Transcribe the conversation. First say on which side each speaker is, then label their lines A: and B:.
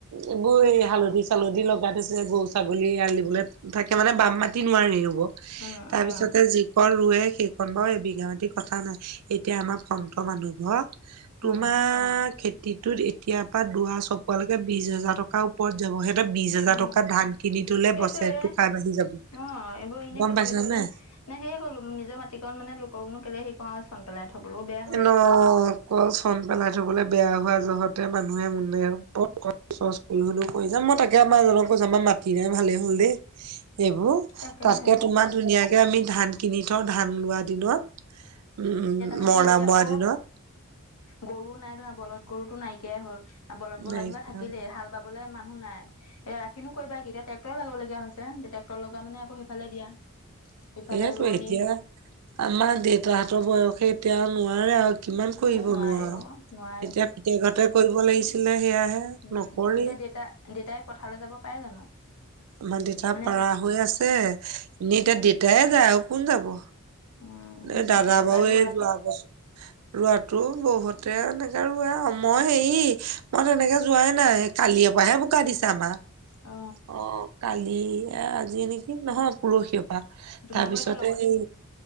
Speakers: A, on the right; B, on the left.
A: এইবোৰ এই হালধি চালধি লগ তাত আছে গৰু ছাগলী এয়াল দিবলে থাকে মানে বাম মাতিত নোৱাৰে, ৰুব
B: উম,
A: তাৰ
B: উম,
A: পিছতে যি কন ৰোৱে সেইখন বাৰু এবিঘা মাটি কথা নাই এতিয়া আমাৰ ফন্ত মানুহ ঘৰ তোমাৰ
B: উম,
A: খেতিটোত এতিয়াৰ পৰা দৰা চপোৱালৈকে বিশ হাজাৰ টকা কত যাব সিহঁতে বিশ হেজাৰ
B: উম,
A: টকা ধান কিনি থলে,
B: সেইটোৱে
A: বছেৰেটো খাই বাঢ়ি যাব
B: অ', এইবোৰ এনে
A: গম
B: খেতি
A: পাইছা
B: কৰি থাকিবলে
A: নাই?
B: নে সে কলো নিজৰ মাটিকন মানে লোকক নো কেলে হেই অঁ চন পেলাই থ'বলেও বেয়া হয়।
A: ন ক চন পেলাই থবলে বেয়া হোৱা জহতে মানুহে মনে আৰু ক'ত কত <unintelligible> তাকে আমাৰ জনক কৈছোঁ আমাৰ মাটি নাই ভালেই হল দেই এইবোৰ
B: তাকে
A: তাতকে
B: হে
A: তোমাৰ, ধুনীয়াকে আমি, ধান কিনি থওঁ, ধান লোৱা দিনত, উম।
B: মানে
A: মৰণা
B: হেৰি আক
A: মৰা দিনত
B: গৰু নাই নহয় বলধ গৰুতো নাইকিয়াই হ'ল, বলধ গৰু
A: নাইকিয়া
B: হাল যেনিবা থাকিলেই হাল বা ৰুবুলে মানুহ নাই? এ ৰাখিনো কৰিবা কি এতিয়া, ট্ৰেক্টৰ লাবলগীয়া হৈছে ট্ৰেক্টৰ লগা মানে আকৌ সিফালে দিয়া ইফালে
A: সেইয়েতো
B: ৰোৱনী
A: এতিয়া আমাৰ দেউতাহঁতৰ বয়সে এতিয়াও নোঁৱাৰে আৰু কিমান কৰিব
B: এ নোৱাৰে
A: নোৱাৰো,
B: অ নোৱাৰে
A: এতিয়া পুতেকহতে কৰিব লাগিছিলে সেয়াহে
B: উম
A: নকৰেই।
B: এতিয়া দেউতা দেউতাই পথাৰলে যাব পাৰে জানো?
A: আমাৰ দেতা
B: মানে
A: পাৰা
B: খেতি
A: হৈ আছে, এনেই এতিয়া
B: উম
A: দেতায়ে যায়, আৰু কোন যাব।
B: উম
A: এই দাদা
B: তাৰপৰা
A: বৌৱে
B: ৰোৱাটো
A: যোৱা বছৰ ৰোৱাটো বহুতে এনেকে ৰুৱে আও, মই হেৰি মই তেনেকে যোৱাই নাই। কালিয়পাহে বোকা দিছে আমাৰ।
B: অ
A: অহ, কালিয়ে আজিয়ে নেকি, নহয় পৰহিৰ পৰা।
B: তোমালোকৰ
A: তাৰপিছতে
B: এতিয়া লগত
A: এই